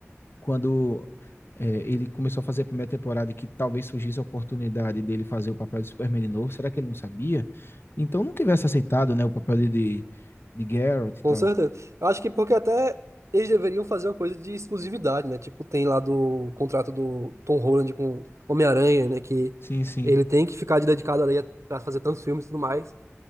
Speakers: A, on the left; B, on the right.
A: quando é, ele começou a fazer a primeira temporada e que talvez surgisse a oportunidade dele fazer o papel de Superman de novo, será que ele não sabia? Então não tivesse aceitado, né, o papel de, de, de Garrett e
B: Com
A: tal.
B: certeza. Eu acho que porque até eles deveriam fazer uma coisa de exclusividade, né? Tipo, tem lá do contrato do Tom Holland com Homem-Aranha, né? Que
A: Sim, sim.
B: ele tem que ficar dedicado ali a- pra fazer tantos filmes e tudo mais.